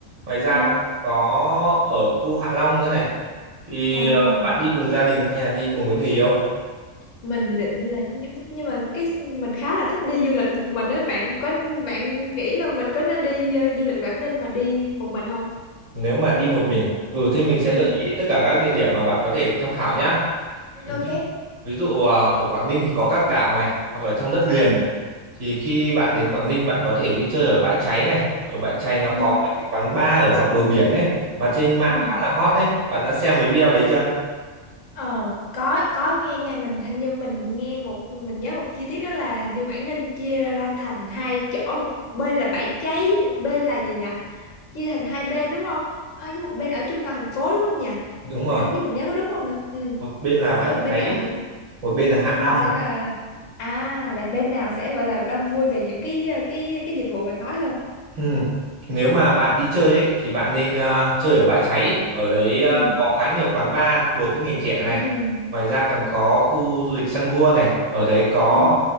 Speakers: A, on the right; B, on the left.
A: Ngoài ra
B: ờ
A: còn có ở khu Hạ Long nữa này. Thì
B: ồ
A: ờ, bạn đi cùng gia đình hay là đi cùng với người yêu?
B: mình định là nhưng, nhưng mà cái mình khá là thích đi du lịch một mình á bạn có bạn nghĩ là mình có nên đi ờ, du lịch Quảng Ninh mà đi một mình không
A: Nếu mà đi một mình à? Ừ, thế mình sẽ
B: ừ
A: gợi ý tất cả các địa điểm mà bạn có thể tham khảo nhá. ví
B: ok
A: dụ ví dụ à, ở Quảng Ninh thì có các đảo này hoặc ở trong đất liền
B: Ừ.
A: thì khi bạn đến Quảng Ninh bạn có thể đi chơi ở Bãi Cháy này ở Bãi Cháy nó
B: Ừ.
A: có mấy cái quán bar ở dọc bờ biển ấy mà trên mạng
B: Ừ.
A: khá là hot đấy bạn đã xem mấy video đấy chưa
B: Ờ có có nghe nha mình hình như mình nghe một mình nhớ một chi tiết đó là hình như Quảng Ninh chia ra thành hai chỗ một bên là Bãi Cháy với một bên là gì nhỉ chia thành hai bên đúng không ờ, với một bên ở trung tâm thành phố đúng không nhỉ
A: đúng rồi
B: mình không biết mình nhớ có đúng không nữa ừ.
A: một bên là Bãi
B: nhưng mà bên
A: Cháy
B: nào
A: một bên
B: ừ,
A: là Hạ
B: bên
A: Long
B: nào sẽ là à là bên nào sẽ gọi là đông vui về những cái cái cái dịch vụ bạn nói hơn
A: Ừm. nếu mà bạn đi chơi ấy thì bạn nên à, chơi ở Bãi Cháy ở đấy à,
B: ừ
A: có khá nhiều quán bar phù hợp với người trẻ này
B: ừ
A: ngoài ra còn có khu du lịch Sun World này ở đấy có
B: ồ